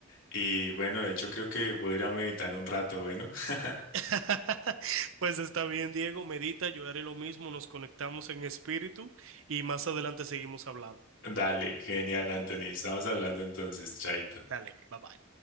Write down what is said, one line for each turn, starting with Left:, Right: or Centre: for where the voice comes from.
Left: Y bueno, de hecho creo que voy a ir a meditar un rato, bueno. <laughs>
Right: <laughs> Pues está bien, Diego, medita, yo haré lo mismo, nos conectamos en espíritu y más adelante seguimos hablando.
Left: Dale, genial, Anthony. Estamos hablando entonces, chaito.
Right: Dale, bye bye.